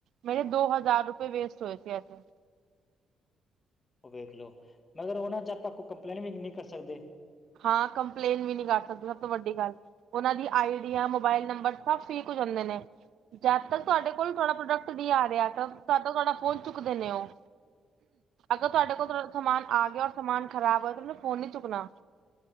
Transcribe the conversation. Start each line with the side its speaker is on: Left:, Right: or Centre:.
Right: ਮੇਰੇ ਦੋ ਹਜ਼ਾਰ ਕਈ ਵੇਸਟ ਹੋਏ ਸੀ, ਐਸੇ।
Left: ਉਹ ਵੇਖਲੋ, ਮਗਰ ਉਹਨਾਂ ਚ ਆਪਾਂ ਕੋਈ ਕੰਪਲੇਂਟ ਵੀ ਨਹੀਂ ਕਰ ਸਕਦੇ।
Right: ਹਾਂ, ਕੰਪਲੇਂਨ ਵੀ ਨਹੀ ਕਰ ਸਕਦੇ, ਸਭ ਤੋਂ ਵੱਡੀ ਗੱਲ। ਉਹਨਾਂ ਦੀ ਆਈਡੀਆਂ ਮੋਬਾਇਲ ਨੰਬਰ ਸਬ ਫੇਕ ਹੋ ਜਾਂਦੇ ਨੇ ਜਦ ਤੱਕ ਤੁਹਾਡੇ ਕੋਲ ਤੁਹਾਡਾ ਪ੍ਰੋਡਕਟ ਨਹੀਂ ਆ ਰਿਹਾ ਤਦ ਤ ਤੁਡਾ ਫੋਹਨ ਚੁੱਕਦੇ ਨੇ ਓ ਅਗਰ ਤੁਹਾਡੇ ਕੋਲ ਤਵਡਾ ਸਮਾਨ ਆ ਗਿਆ ਔਰ ਸਮਾਨ ਖ਼ਰਾਬ ਹੋਇਆ ਤੇ ਓਹਨੇ ਫ਼ੋਨ ਨੀ ਚੁੱਕਣਾ।